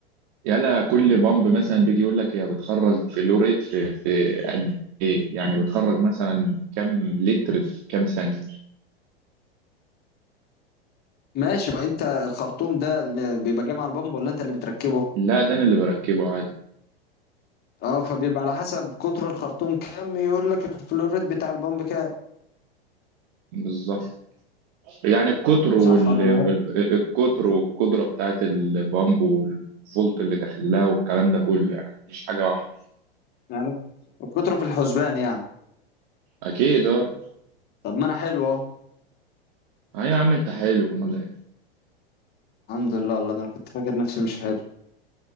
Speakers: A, on the right; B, on the left.
A: يلا كل بامب مثلا بيجي يقول لك هي بتخرج في لوريت في في قد ايه يعني بتخرج مثلا كام لتر في كام ثانيه
B: ماشي ما انت الخرطوم ده اللي بيبقى جاي مع البامب ولا انت اللي بتركبه
A: لا ده انا اللي بركبه عادي
B: اه فبيبقى على حسب قطر الخرطوم كام يقول لك الفلوريد بتاع البامب كام
A: بالظبط يعني القطر وال...
B: صح ولا بهبد
A: وال... القطر والقدره بتاعت البامب والفولت اللي داخل لها والكلام ده كله يعني مش حاجه واحده
B: يعني قطره في الحسبان يعني
A: اكيد اه
B: طب ما انا حلو اهو
A: ايوه يا عم انت حلو امال إيه؟
B: الحمد لله والله ده انا كنت فاكر نفسي مش حلو